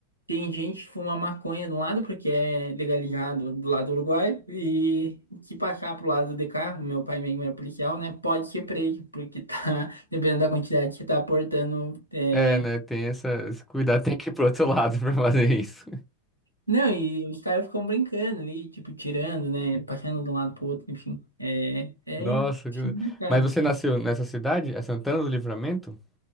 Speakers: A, on the right; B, in the centre.
A: Tem gente que fuma maconha de um lado, porque é legalizado do lado do Uruguai, e se passar pro lado de cá, meu pai mesmo é policial, né? Pode ser preso, porque tá, <laughs> dependendo da quantidade que tá aportando, é.
B: É, né? Tem essa, esse cuidado, <laughs> tem que ir pro outro lado <laughs> pra fazer isso.
A: Não, e os caras ficam brincando ali, tipo, tirando, né? Passando de um lado pro outro, enfim. É, é
B: Nossa, que-
A: complicado,
B: mas você
A: cara.
B: nasceu nessa cidade? É Santana do Livramento?